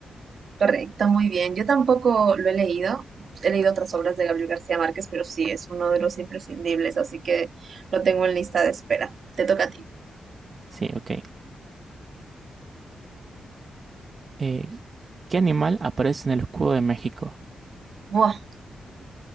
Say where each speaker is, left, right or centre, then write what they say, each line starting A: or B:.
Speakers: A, on the right; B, on the right.
A: Correcto, muy bien. Yo tampoco lo he leído. He leído otras obras de Gabriel García Márquez, pero sí, es uno de los imprescindibles, así que lo tengo en lista de espera. Te toca a ti.
B: Sí, ok. Eh, ¿qué animal aparece en el escudo de México?
A: Buah.